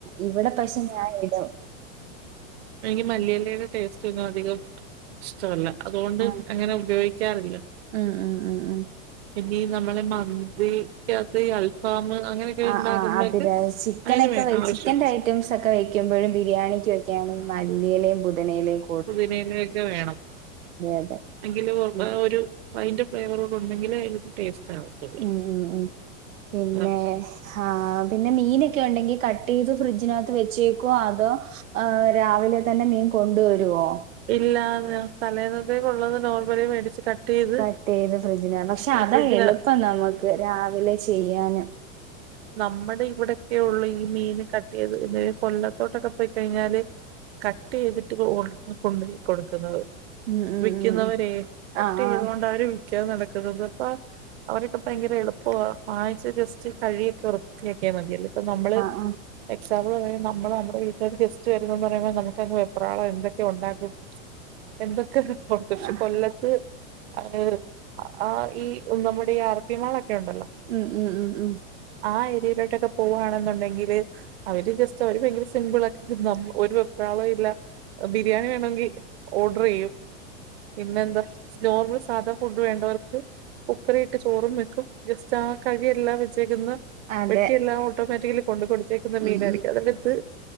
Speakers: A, on the right; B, on the right.
A: ഇവിടെ പക്ഷെ ഞാൻ ഇടും
B: എനിക്ക് മല്ലിയല്ലയുടെ ടേസ്റ്റ് ഒന്നും അധികം ഇഷ്ടമല്ല അതുകൊണ്ട്
A: ആ
B: അങ്ങനെ ഉപയോഗിക്കാറില്ല
A: ഉം ഉം ഉം ഉം
B: ഇനി നമ്മളെ മന്ത് ഈ അൽഫാം അങ്ങനെയൊക്കെ
A: ആഹ്
B: ഉണ്ടാക്കുന്നതൊക്കെ
A: ആഹ് അതിര ചിക്കനൊക്കെ
B: അതിന്
A: വെ
B: ആവശ്യ
A: ചിക്കന്റെ ഐറ്റംസ് ഒക്കെ വക്കുമ്പഴും ബിരിയാണിക്കുമൊക്കെയാണ് മല്ലിയിലേും പുതീനേയിലേും
B: പുതിനേനൊക്കെ വേണം
A: അതെ
B: എങ്കും
A: ഉം
B: ഒരു അതിന്റെ ഫ്ലേവറോട് ഉണ്ടെങ്കിൽ അതിലക്ക് ടേസ്റ്റ് ആവത്തുള്ളൂ
A: ഉം ഉം പിന്നെ
B: ആഹ്
A: ആഹ് പിന്നെ മീനൊക്കെ ഉണ്ടെങ്കി കട്ട് ചെയ്ത് ഫ്രിഡ്ജിനകത്ത് വെച്ചേക്കോ അതോ ആഹ് രാവിലെ തന്നെ മീൻ കൊണ്ടുവരുവോ
B: ഇല്ല തലേന്നത്തകൊള്ളന്ന് നോർമല മേടിച്ച് കട്ട് ചെയ്ത്
A: കട്ട് ചെയ്ത് ഫ്രിഡ്ജിന പക്ഷെ അതാ
B: ഫ്രിഡ്ജിന്
A: എളുപ്പം നമുക്ക് രാവിലെ ചെയ്യാനും
B: ഉ നമ്മുടെ ഇവിടെക്കെയ ഉള്ള ഈ മീൻ കട്ടിയത് ഇ കൊല്ലത്തോട്ടൊക്കെ പോയിക്കഴിഞ്ഞാല് കട്ട് ചെയ്തിട്ട് ഓ കൊണ്ടയി കൊടുക്കുന്നത്.
A: ഉം ഉം
B: വിൽക്കുന്നവരെ
A: ഉം
B: കട്ട്
A: ആഹ്
B: ചെയ്ത
A: ആഹ്
B: കൊണ്ട് അവര് ക്യാ നടക്കുന്നത് അപ്പ അവരക്കെ ഭയങ്കര എളുപ്പ വാങ്ങിച്ച് ജസ്റ്റ് കഴിയൊക്കെ വൃത്തിയാക്കിയാൽ മതിയല്ലേ ഇപ്പ നമ്മള്
A: ആഹ്
B: <unintelligible> നമ്മളെ നമ്മുടെ വീട്ടിൽ ഗസ്റ്റ് വര എന്ന് പറയ്പ നമുക്കങ് വെപ്രാള എന്ത കെ ഉണ്ടാകും എന്തൊക്കെയ പക്ഷെ
A: ആഹ്
B: കൊല്ലത്ത് അഹ് ആ ഈ നമ്മുടെ ഈ അറബി മാളൊക്കെ ഉണ്ടല്ലോ
A: ഉം ഉം ഉം ഉം
B: ആ ഏരിയയിലോട്ടൊക്കെ പോവാണെന്നുണ്ടെങ്കില് അവര് ജസ്റ്റ് അവർ ഭയങ്കര സ് സിമ്പിളക്കെ നം ഒരു വെപ്രാളവും ഇല്ല ബിരിയാണി വേണമെങ്കിൽ ഓർഡർ ചെയ്യും. പിന്നെന്താ നോർമൽ സാധാ ഫുഡ് വേണ്ടവർക്ക് കുക്കറിയിട്ട് ചോറും വെക്കും ജസ്റ്റ് ആ കഴിയെല്ല വെച്ചേക്ക്ന്ന
A: അതെ
B: വെട്ടിയെല്ലാം ഓട്ടോമാറ്റിക്കലി കൊണ്ട കൊടുത്തേ ുന്ന
A: ഉം
B: മീനായിരിക്കും
A: ഉം
B: അതെന്റെ ത്